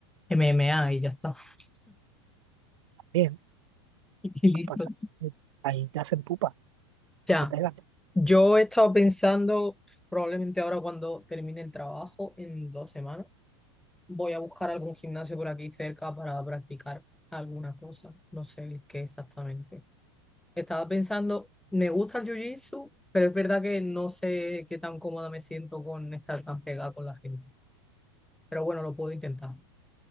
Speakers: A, in the centre; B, on the right (about 70°).
A: MMA y ya está. <laughs>
B: bien.
A: Y listo.
B: ¿qué pasa? Ahí te hacen pupa
A: Ya,
B: y te pegan.
A: yo he estado pensando, probablemente ahora cuando termine el trabajo, en dos semanas, voy a buscar algún gimnasio por aquí cerca para practicar alguna cosa. No sé el qué exactamente. Estaba pensando, me gusta el jiu-jitsu, pero es verdad que no sé qué tan cómoda me siento con estar tan pegada con la gente. Pero bueno, lo puedo intentar.